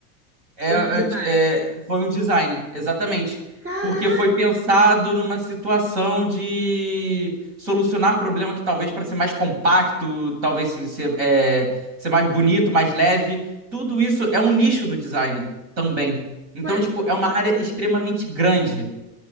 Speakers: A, on the right; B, on the right.
A: é,
B: Foi
A: é,
B: o designer.
A: é, foi um design, exatamente.
B: Caraca!
A: Porque foi pensado numa situação de solucionar problema que talvez para ser mais compacto, talvez ser, é, ser mais bonito, mais leve. Tudo isso é um nicho do design também. Então,
B: foi.
A: tipo, é uma área extremamente grande.